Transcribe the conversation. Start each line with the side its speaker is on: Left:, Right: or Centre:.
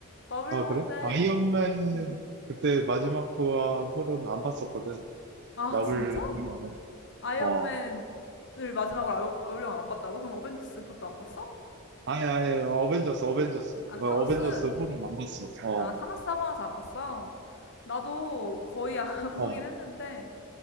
Left: 마블
Right: 아,
Left: 영화인데.
Right: 그래? 아이언맨 그때 마지막 그와 후로는 안 봤었거든.
Left: 아,
Right: 마블
Left: 진짜?
Right: 영화는.
Left: 아이언맨을
Right: 어.
Left: 마지막으로 아이- 마블 영화 안 봤다고? 그럼 어벤져스 그것도 안 봤어?
Right: 아니, 아니, 어벤져스, 어벤져스.
Left: 아, 그
Right: 뭐,
Left: 타노스.
Right: 어벤져스 후로는 안 봤어. 어,
Left: 아, 타노스 하고 나서 안 봤어. 나도 거의 <laughs> 안
Right: 어,
Left: 보긴 했는데.